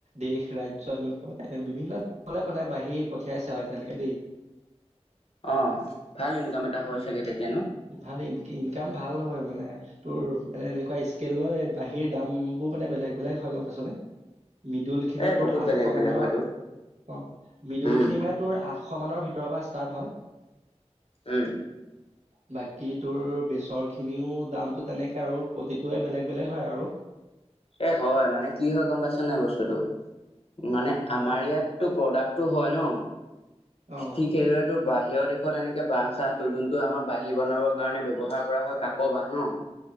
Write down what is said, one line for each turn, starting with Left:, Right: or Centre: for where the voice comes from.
Right: দেশ ৰাজ্যৰ এনেকুৱা বিভিন্ন দেশলে মানে বাঁহী পঠিয়াইছোঁ আৰু এতিয়ালৈকে দেই।
Left: অহ, ভাল ইনকাম এটা হয়
Right: উম,
Left: চাগে তেতিয়া ন।
Right: ভাল ইনকা ইনকাম ভাল নহয় মানে তোৰ মানে এনেকুৱা স্কেলৰে বাঁহীৰ দাম বোৰ মানে বেলেগ বেলেগ হয় গম পাইছানে। মৃদুল খিনি
Left: এ
Right: তোৰ
Left: বহুত
Right: আঠশ
Left: বেলেগ বেলেগ
Right: মানৰ।
Left: হয়তো
Right: অহ, মিদুল
Left: উম
Right: খিনি মানে তোৰ আঠশ মানৰ ভিতৰৰ পৰা ষ্টাৰ্ট হয়।
Left: উম,
Right: <inaudible> বাকী তোৰ বেচৰ খিনিও দামটো তেনেকে আৰু প্ৰতিটোৱে বেলেগ, বেলেগ হয় আৰু।
Left: এ হয় মানে, কি হয় গম পাইছ নাই বস্তুটো মানে আমাৰ
Right: অ
Left: ইয়াত টো প্ৰডাক্টটো হয় নহ,
Right: অ
Left: ঠিক সেইদৰেটো বাহিৰৰ দেশত এনেকে বাঁহ-চাহ ত যোনটো আমাৰ বাঁহী বনাবৰ কাৰণে ব্যৱহাৰ কৰা হয় কাক বাঁহ ন?